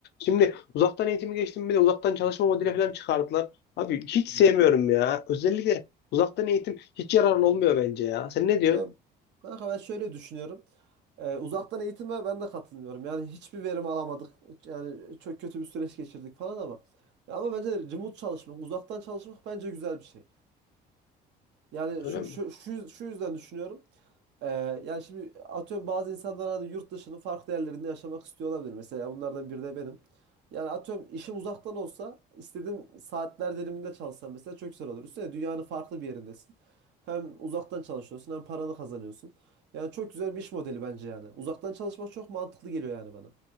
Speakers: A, on the left (about 65°); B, on the right (about 70°).
A: Şimdi uzaktan eğitimi geçtim bir de uzaktan çalışma modeli falan çıkardılar. Abi hiç sevmiyorum
B: Hmm.
A: ya. Özellikle uzaktan eğitim hiç yararlı olmuyor bence ya. Sen ne diyorsun?
B: Ya kanka ben şöyle düşünüyorum. Ee, uzaktan eğitime ben de katılmıyorum. Yani hiçbir verim alamadık. Yani çok kötü bir süreç geçirdik falan ama. Ya ama bence remote çalışmak, uzaktan çalışmak bence güzel bir şey. Yani
A: Öyle
B: şu,
A: mi?
B: şu, şu, şu yüzden düşünüyorum. Ee, yani şimdi atıyorum bazı insanlar hani yurt dışının farklı yerlerinde yaşamak istiyor olabilir. Mesela bunlardan biri de benim. Yani atıyorum işim uzaktan olsa istediğim saatler diliminde çalışsam mesela çok güzel olur. Üstüne dünyanın farklı bir yerindesin. Hem uzaktan çalışıyorsun hem paranı kazanıyorsun. Yani çok güzel bir iş modeli bence yani. Uzaktan çalışmak çok mantıklı geliyor yani bana.